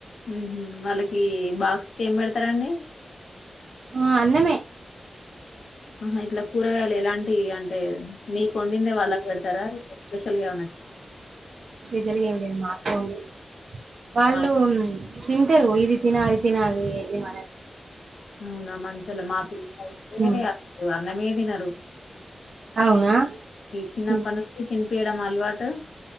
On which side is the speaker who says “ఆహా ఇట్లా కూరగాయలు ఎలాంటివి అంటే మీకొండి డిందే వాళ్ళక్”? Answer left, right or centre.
Left